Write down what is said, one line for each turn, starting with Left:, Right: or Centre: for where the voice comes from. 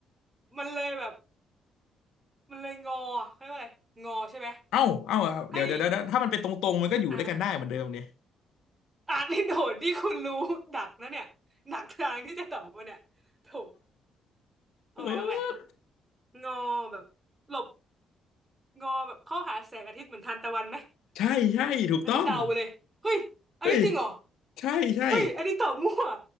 Right: มันเลยแบบมันเลยงอเขาเรียกว่าอะไรงอใช่ไหม
Left: เอ้าเอ้าเอาเดี๋ยวเดี๋ยวเดี๋ยว
Right: ให้
Left: ถ้ามันเป็นตรงๆมันก็อยู่ด้วยกันได้เหมือนเดิมเนี่ย
Right: อ่ะอ่านนี่โดดนี่คุณรู้ดักนะเนี่ยหนักทางที่จะตอบว่าเนี่ยโถเอาใหม่เอาใหม่
Left: เออ
Right: งอแบบหลบงอแบบเข้าหาแสงอาทิตย์เหมือนทานตะวันไหม
Left: ใช่ใช่ถูกต้อง
Right: อันนี้เดาเลยเฮ้ยอันนี้จริงเหรอ
Left: เฮ้ย ใช่ใช่
Right: เฮ้ยอันนี้ตอบมั่ว